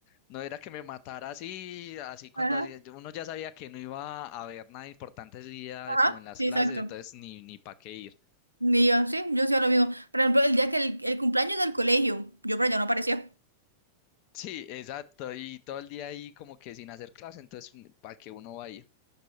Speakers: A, on the left (about 45°); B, on the right (about 85°).
A: no era que me matara así, así cuando
B: Ajá.
A: hacía-
B: <laughs>
A: uno ya sabía que no iba a haber nada importante ese día
B: Ajá,
A: como en las
B: sí,
A: clases,
B: exacto.
A: entonces ni, ni para qué ir.
B: Ni yo, sí, yo hacía lo mismo. Por ejemplo, el día que el, el cumpleaños del colegio, yo por allá no aparecía.
A: Sí, exacto. Y todo el día ahí como que sin hacer clase, entonces ¿para qué uno va a ir?